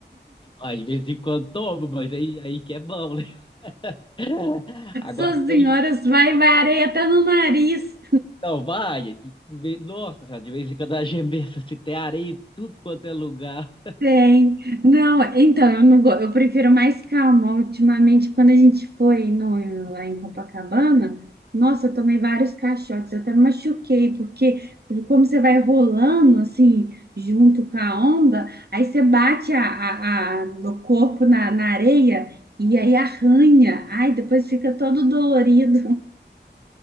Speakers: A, on the left; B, on the right.
A: Ah, de vez em quando toma, mas aí, aí que é bom, né? <laughs> Agora
B: Suas senhoras,
A: sem.
B: vai, vai areia até no nariz.
A: Não, vai. de de vez- Nossa, já de vez em quando a gente pensa se tem areia em tudo quanto é lugar.
B: Tem. Não, então, eu não go... eu prefiro mais calma. Ultimamente, quando a gente foi no... lá em Copacabana, nossa, eu tomei vários caixotes, eu até me machuquei, porque como você vai rolando assim, junto com a onda, aí você bate a... a... a- o corpo na... na areia e aí arranha. Ai, depois fica todo dolorido.